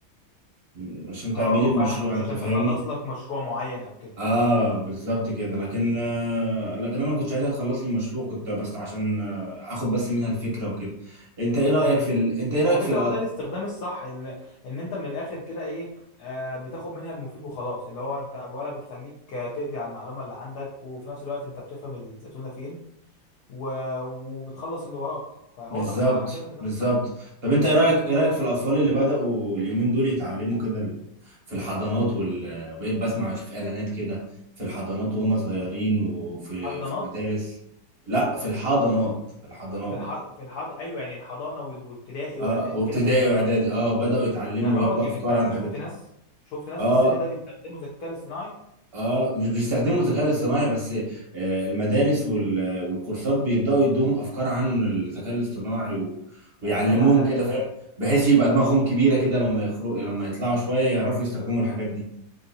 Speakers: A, on the right; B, on the left.
A: آه، عشان تعمل
B: اه
A: لي
B: آه،
A: المشروع
B: فاهمك مش
A: انت
B: عشان
A: فاهمني
B: تخلص لك مشروع معين او كده
A: اه بالظبط كده لكن آه، لكن انا ما كنتش عايزها تخلص لي المشروع كنت بس عشان آه، اخد بس منها الفكره وكده انت ايه رايك
B: امم
A: في ال... انت ايه رايك
B: على فكرة
A: في
B: هو ده الاستخدام الصح ان ان انت من الاخر كده ايه آه بتاخد منها المفيد وخلاص اللي هو انت ولا بتخليك آه، تقضي على المعلومة اللي عندك وفي نفس الوقت انت بتفهم الزتونة فين و... وبتخلص اللي وراك فهو
A: بالظبط
B: ده الصح انا شايف ان ده
A: بالظبط
B: الصح
A: طب
B: امم
A: انت ايه رايك
B: امم
A: ايه رايك في الاطفال اللي بداوا اليومين دول يتعلموا كده ال- في الحضانات وال... بقيت بسمع اشوف اعلانات كده في الحضانات وهم صغيرين وفي
B: حضانات
A: في المدارس لا في الحضانات الحضانات
B: في الح... في الحض ايوه يعني الحضانة وال- وابتدائي
A: اه
B: واعدادي وكده
A: وابتدائي
B: قصدك
A: واعدادي اه بداوا يتعلموا
B: يا راجل
A: وياخدوا افكار
B: انت انت
A: عن الحاجات
B: شفت
A: دي.
B: ناس شفت ناس
A: اه
B: في السن ده بيستخدموا الذكاء الاصطناعي
A: اه مش بيستخدموا الذكاء الاصطناعي بس آه، المدارس وال- والكورسات بيبداوا يدوهم افكار عن الذكاء الاصطناعي و... ويعلموهم
B: يا جدع لا
A: كده
B: ده
A: فاهم بحيث يبقى دماغهم كبيره كده لما يخرج لما يطلعوا شويه يعرفوا يستخدموا الحاجات دي